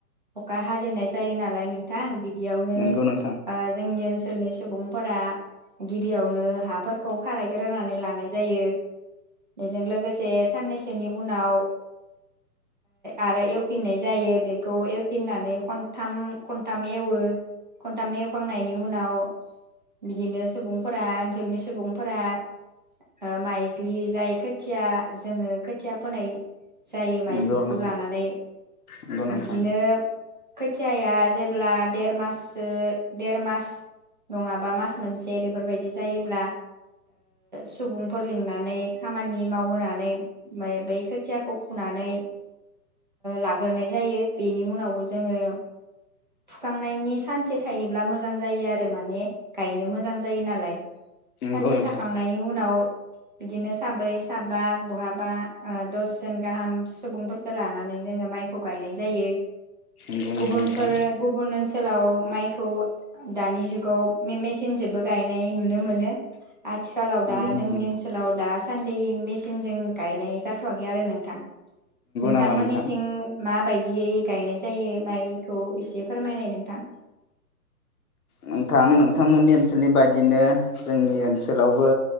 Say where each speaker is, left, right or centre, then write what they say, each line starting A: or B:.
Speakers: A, on the right; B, on the left.
A: अखा हाजेननाय जायो नालाय नोंथां बेयावनो
B: नंगौ नोंथां
A: जोंनि ओ ओनसोलनि सुबुंफोरा गिबियावनो हाफोरखौ खारायग्रोनानै लानाय जायो बेजों लोगोसे साननैसोनि उनाव आरो एवफिननाय जायो बेखौ एवफिननानै खनथाम खनथाम एवो खनथाम एवखांनायनि उनाव बिदिनो सुबुंफोरा ओनसोलनि सुबुं फोरा माइज्लि जाय खोथिया जोंङो खोथिया फोनाय जायो माइज्लिखौ
B: नंगौ नोंथां
A: लानानै
B: नंगौ नोंथां
A: बिदिनो खोथियाया जेब्ला देर माससो देर मास नंङाबा मास मोनसे बेफोरबायदि जायोब्ला सुबुंफोर लिंनानै खामानि मावहोनानै बै खोथियाखौ फुनानै लाग्रोनाय जायो बेनि उनाव जोंङो फुखांनायनि सानसे थायोब्ला मोजां जायो आरो माने गायनो मोजां जायो नालाय।
B: नंगौ
A: सानसे
B: नोंथां
A: थाखाखांनायनि उनाव। बिदिनो साब्रै साबा बहाबा दसजन गाहाम सुबुंफोरखौो लानानै जोंङो माइखौ गायनाय जायो
B: नंगौ
A: गुबुनफोर
B: नामा नोंथां
A: गुबुन ओनसोलाव माइखौ दानि जुगाव मेचन जबो गायनाय नुनो मोनो आथिखालाव दा
B: नंगौ
A: जोंनि ओनसोलाव दा सान्दि मेचिनजों गायनाय जाथवाखै आरो नोंथां नोंथांमोननिथिं
B: नामा नोंथां
A: माबायदि बिदियै गायनाय जायो माइखौ इसे फोरमायनाय नोंथां
B: नोंथां नोंथांमोननि ओनसोलनि बायदिनो जोंनि ओनसोलावबो